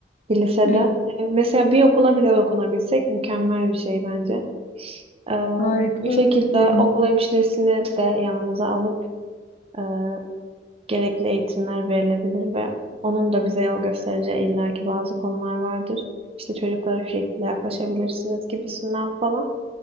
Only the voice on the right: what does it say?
bir lisede.
E, mesela bir okula bile dokunabilsek mükemmel bir şey bence. E,
bu şekilde
okul hemşiresini de yanımıza alıp e, gerekli eğitimler verilebilir ve onun da bize yol göstereceği illaki bazı konular vardır. İşte çocuklara şu şekilde yaklaşabilirsiniz gibisinden falan.